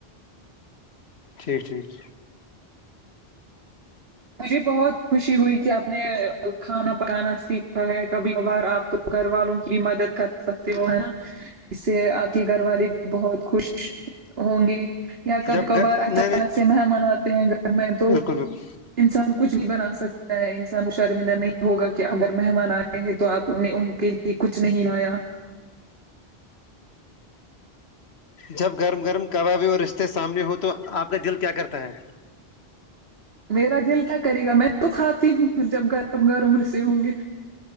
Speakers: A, on the left; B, on the right.
A: ٹھیک ٹھیک
B: مجھے بہت خوشی ہوئی کہ آپ نے کھانا پکانا سیکھا ہے کبھی کبھار آپ تو گھر والوں کی بھی مدد کر سکتے ہو ہے نا اس سے آپ کی گھر والی بھی بہت خوش ہوں گی یا کبھی
A: جب
B: کبھار
A: نہیں
B: اچانک
A: نہیں
B: سے مہمان آتے ہیں گھر میں تو
A: بالکل بالکل
B: انسان کچھ بھی بنا سکتا ہے انسان مشارمندہ نہیں ہوگا کہ اگر مہمان آئے تو آپ نے ان کے لیے کچھ نہیں آ لایا
A: جب گرم گرم کبابی اور رشتے سامنے ہوں تو آپ کا دل کیا کرتا ہے
B: میرا دل کیا کرے گا میں تو کھاتی ہوں جب گرم گرم رسے ہوں گے